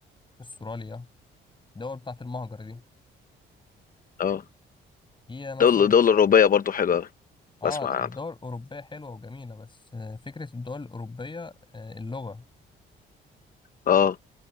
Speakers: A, on the left; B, on the left.
A: استراليا الدول بتاعت المهجر دي
B: اه
A: هي مثلا
B: دولة دولة أوروبية برضو حلوة أوي.
A: اه
B: بسمع عنها
A: الدول الاوروبيه حلوه وجميله بس آه، فكره الدول الاوروبيه آه، اللغه
B: اه